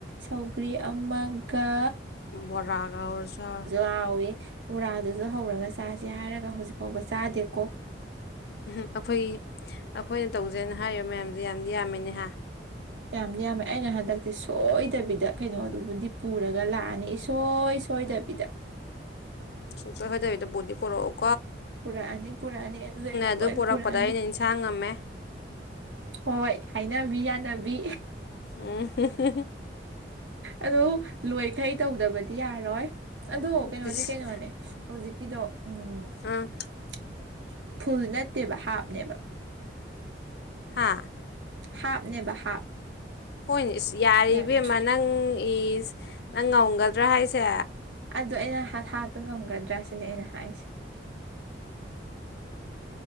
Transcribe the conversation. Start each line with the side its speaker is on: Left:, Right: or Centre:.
Right: ꯁꯧꯒ꯭ꯔꯤ ꯑꯃꯥꯡ ꯀꯥ
Left: ꯕꯣꯔꯥꯒꯒꯥ ꯍꯧꯔꯥ ꯆꯥꯏ.
Right: ꯍꯥꯑꯣꯏ ꯕꯣꯔꯥꯗꯨꯁꯨ ꯍꯧꯔꯒ ꯆꯥꯁ ꯍꯥꯏꯔꯒ ꯍꯧꯖꯤꯛ ꯐꯥꯎꯕ ꯆꯥꯗꯦꯀꯣ
Left: ꯎꯝ ꯑꯩꯈꯣꯏꯒꯤ ꯑꯩꯈꯣꯏꯅ ꯇꯧꯁꯦꯅ ꯍꯥꯏꯔꯤꯕ ꯃꯌꯥꯝꯁꯦ ꯌꯥꯝꯗꯤ ꯌꯥꯝꯃꯤꯅꯦꯍ
Right: ꯌꯥꯝꯗꯤ ꯌꯥꯝꯃꯦ ꯑꯩꯅ ꯍꯟꯗꯛꯇꯤ ꯁꯣꯏꯗꯕꯤꯗ ꯀꯩꯅꯣꯗꯨꯕꯨꯗꯤ ꯄꯨꯔꯒ ꯂꯥꯛꯑꯅꯤ ꯏꯁꯣꯏ ꯁꯣꯏꯗꯕꯤꯗ
Left: ꯑꯍꯣꯏ ꯍꯣꯏꯗꯕꯤꯗ ꯕꯨꯗꯤꯤ ꯄꯨꯔꯛꯎ
Right: ꯄꯨꯔꯛꯑꯅꯤ ꯄꯨꯔꯛꯑꯅꯤ ꯑꯗꯨꯗ ꯑꯩꯅ
Left: ꯑꯗꯨ ꯄꯨꯔꯛꯄꯗ
Right: ꯄꯨꯔꯛꯑꯅꯤ
Left: ꯑꯩꯅ ꯏꯟꯁꯥꯡ ꯉꯝꯃꯦ
Right: ꯍꯣꯏ ꯍꯥꯏ ꯅꯕꯤ ꯌꯥꯅꯕꯤ
Left: ꯎꯝ
Right: ꯑꯗꯣ ꯂꯣꯏꯈꯥꯏ ꯇꯧꯗꯕꯗꯤ ꯌꯥꯔꯣꯏ ꯑꯗꯣ ꯀꯩꯅꯣꯗꯤ
Left: ꯏꯁ
Right: ꯀꯩꯅꯣꯅꯦ ꯍꯧꯖꯤꯛ ꯀꯗꯣ ꯎꯝ <unintelligible>
Left: ꯑꯥ
Right: ꯐꯨꯜ ꯅꯠꯇꯦꯕ ꯍꯥꯞꯅꯦꯕ
Left: ꯍꯥꯥ
Right: ꯍꯥꯞꯅꯦꯕ ꯍꯥꯞ
Left: ꯍꯣꯏꯅꯦ ꯏꯁ ꯌꯥꯔꯤꯕꯦꯝꯃ
Right: ꯌꯥꯅꯤ
Left: ꯅꯪ ꯏꯁ ꯅꯪ ꯉꯝꯒꯗ꯭ꯔꯥ ꯍꯥꯏꯁꯦ
Right: ꯑꯗꯨ ꯑꯩꯅ ꯍꯥꯠꯇꯣ ꯉꯝꯒꯗ꯭ꯔꯥ ꯁꯤꯅꯤ ꯑꯩꯅ ꯍꯥꯏꯁꯦ